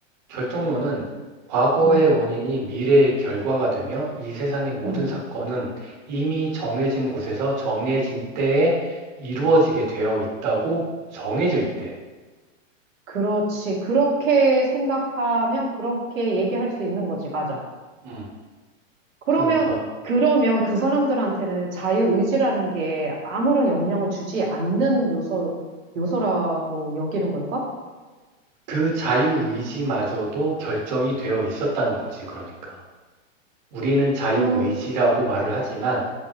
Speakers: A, on the right; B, on the right.
A: 결정론은 과거의
B: 음,
A: 원인이 미래의 결과가 되며 이 세상의 모든
B: 음.
A: 사건은 이미 정해진 곳에서 정해진 때에 이루어지게 되어 있다고 정해져 있대.
B: 그렇지. 그렇게 생각하면 그렇게 얘기할 수 있는 거지. 맞아.
A: 음.
B: 그러면,
A: 그러니까
B: 그러면 그 사람들한테는 자유의지라는 게 아무런 영향을 주지 않는 요소, 요소라고 여기는 걸까?
A: 그 자유의지마저도 결정이 되어 있었다는 거지. 그러니까. 우리는 자유의지라고
B: 그,
A: 말을 하지만